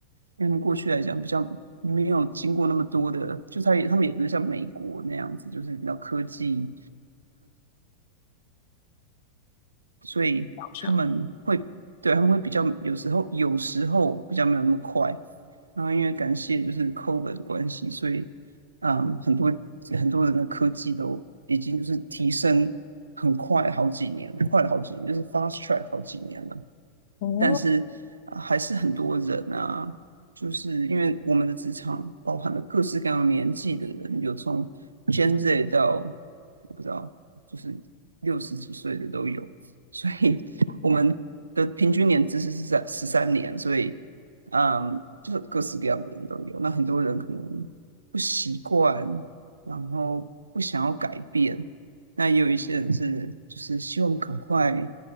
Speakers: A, on the right; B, on the left.
A: 因为他们过去来讲比较没有经过那么多的，就他也他们也不是像美国那样子，就是比较科技，所以他们会对他们会比较有时候有时候比较没有那么快。
B: 好像，
A: 然后因为感谢就是 COVID 的关系，所以嗯，很多很多人的科技都已经就是提升很快好几年了快了好几年，就是 fast track 好几年了。
B: 哦，
A: 但是呃还是很多人啊，就是因为我们的职场包含了各式各样的年纪的人，有从 Gen Z 到我不知道，就是六十几岁的都有，所以我们的平均年资是在三十三年，所以嗯，就是各式各样的人都有。那很多人可能不习惯，然后不想要改变，那也有一些人是就是希望赶快。